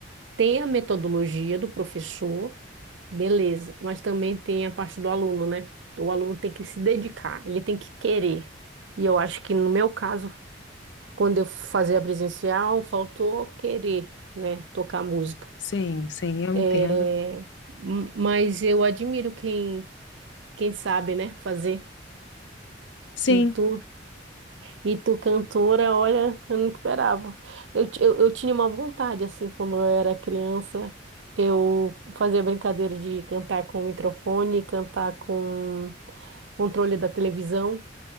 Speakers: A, on the right; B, on the left.
A: Tem a metodologia do professor, beleza, mas também tem a parte do aluno, né? O aluno tem que se dedicar, ele tem que querer. E eu acho que no meu caso, quando eu fazia presencial, faltou querer, né? Tocar música.
B: Sim, sim, eu
A: É,
B: entendo.
A: m- Mas eu admiro quem, quem sabe, né? Fazer.
B: Sim,
A: E tu E tu cantora, olha, eu não esperava. Eu, ti- eu, eu tinha uma vontade, assim, quando eu era criança, eu fazia brincadeira de cantar com o microfone, cantar com controle da televisão.